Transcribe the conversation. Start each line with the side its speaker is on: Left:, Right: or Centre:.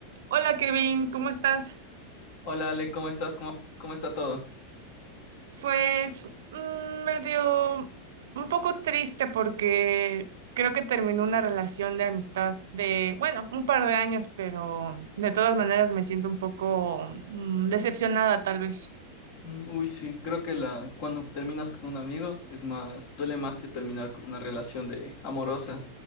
Right: Hola Kevin, ¿cómo estás?
Left: Hola Ale, ¿cómo estás? ¿Cómo, cómo está todo?
Right: Pues mm, medio un poco triste porque creo que terminó una relación de amistad de, bueno, un par de años, pero de todas maneras me siento un poco mm, decepcionada tal vez,
Left: Mm, Uy, sí, creo que la, cuando terminas con un amigo es más, duele más que terminar con una relación de amorosa.